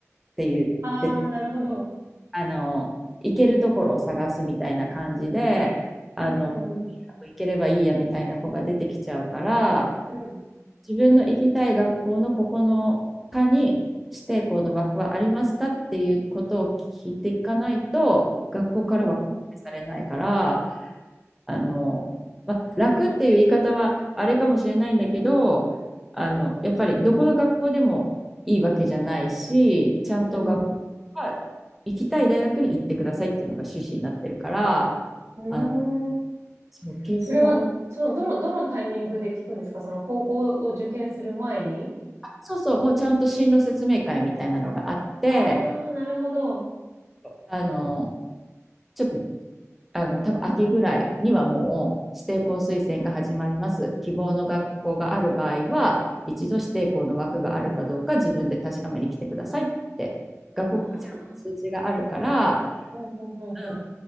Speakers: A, in the centre; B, on the right.
A: て言って
B: ああ、なるほど。
A: あの行けるところを探すみたいな感じであの
B: うんうんうん。
A: 行ければいいやみたいな子が出てきちゃうから
B: うん
A: 自分の行きたい学校のここの科に指定校の枠はありますかっていうことを聞いていかないと学校からは公開されないから
B: うん
A: あの、まあ、楽っていう言い方はあれかもしれないんだけどあのやっぱりどこの学校でもいいわけじゃないしちゃんと学校は
B: うんうん。
A: 行きたい大学に行ってくださいっていうのが趣旨になってるから
B: うー
A: あ
B: ん
A: そうケースバ
B: それは、その、どの、どのタイミングで聞くんですかその高校を受験する前に
A: そうそうもうちゃんと進路説明会みたいなのがあって
B: ああー、なるほど。
A: あのちょっとあの多分秋ぐらいにはもう指定校推薦が始まります。希望の学校がある場合は、一度指定校の枠があるかどうか自分で確かめに来てくださいって、学校からちゃんと通知があるから、
B: ああ、うんうんうんう
A: うん、